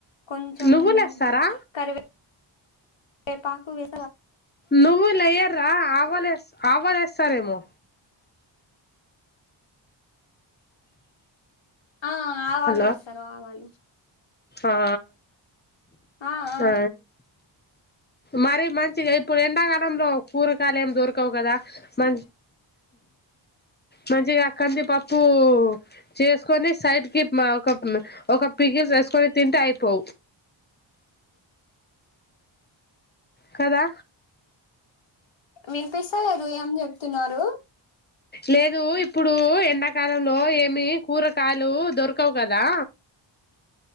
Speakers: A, on the left; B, on the left.
A: కొంచెం
B: నువ్వులు ఏస్తారా
A: కరివే పాకు వే
B: నువ్వు లేయ్యర ఆవాలు ఆవాలేస్తారేమో
A: ఆ ఆవాళ్ళు
B: హలో
A: వేస్తారు ఆవాళ్లు
B: ఆ
A: ఆ ఆ
B: అ మరి మంచిగా ఇప్పుడు ఎండాకాలంలో కూరగాయలయం దొరకవు కదా మ మంచిగా కంది పప్పు చేసుకొని సైడ్ కి ఒక ఒక పపికిల్ వేసుకొని తింట అయిపో కదా
A: వినిపిస్తలేదు ఏం చెప్తున్నారు
B: లేదు ఇప్పుడు ఎండాకాలంలో ఏమి కూరకాయలు దొరకవు కదా